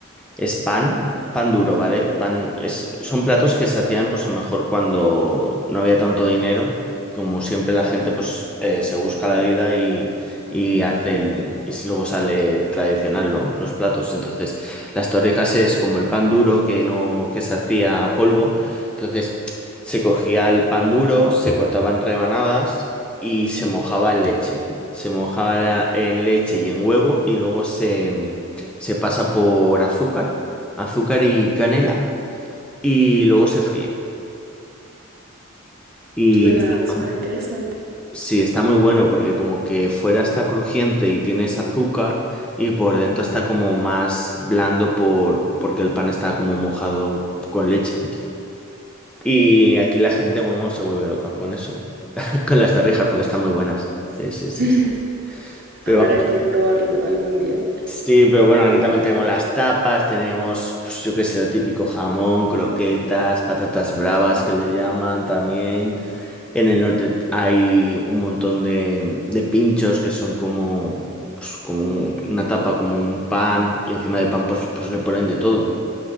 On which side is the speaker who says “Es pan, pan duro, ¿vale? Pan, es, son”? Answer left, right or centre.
Centre